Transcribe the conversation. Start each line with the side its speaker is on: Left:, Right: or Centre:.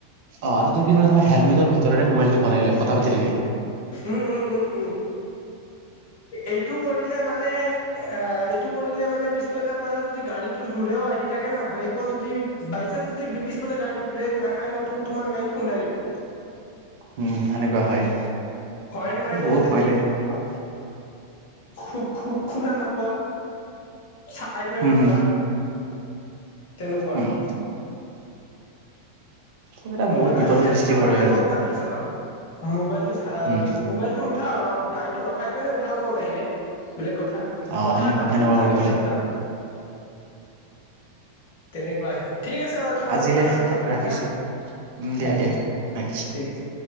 Right: অ' আৰু তোৰ কি <unintelligible> হেলমেটৰ ভিতৰেৰে মোবাইলটো ভৰাই লয়, কথা পাতি থাকে।
Left: উম, উম, উম, উম। এইটো কৰিলে মানে এ, আ, এইটো কৰিলে মানে পিছফালৰ পৰা যদি গাড়ীটো জোৰেও আহি থাকে ন' ব্ৰেকো যদি বাইচান্ঞ্চ দি পিছফালে গাড়ীটো ব্ৰেক নাখায় ন' তো-তোমাৰ গাড়ীত খুন্দাই দিব।
Right: উম, সেনেকুৱা হয়।
Left: হয়েণ্ড মাইলে
Right: বহুত
Left: যদি
Right: ভয়
Left: তুমি
Right: লাগে
Left: খু <unintelligible> খুব শু-শুনা নোপোৱা, চাইড হৈ
Right: উম
Left: নোযোৱা।
Right: হুম
Left: তেনেকুৱা।
Right: উম এইবিলাক
Left: মইতো
Right: বহুত
Left: গাড়ী-চাড়ী
Right: বিপদৰ সৃষ্টি
Left: চলালে
Right: কৰে
Left: অকল
Right: আৰু
Left: গাড়ী চলাওঁ। ম'বাইলতটো চা
Right: উম
Left: মোবাইলটো উঠাও, ৰ' গাড়ীটো ৰখাই কেনে উঠাও ফোন আহিলে। বেলেগ কথা,
Right: অ
Left: কথা
Right: সেনেকুৱা
Left: পাতিম,
Right: সেনেকুৱা
Left: তাৰ
Right: কৰিব
Left: পিছত
Right: লাগে
Left: যাওঁ। তেনেকুৱাই, ঠিক আছে বাৰু তোমাৰ
Right: আজিলে
Left: লগত কথা পাতি ভাল লাগিল
Right: ৰাখিছো
Left: হা।
Right: উম
Left: হয়,
Right: দিয়া দিয়া ৰাখিছো
Left: ঠিক আছে।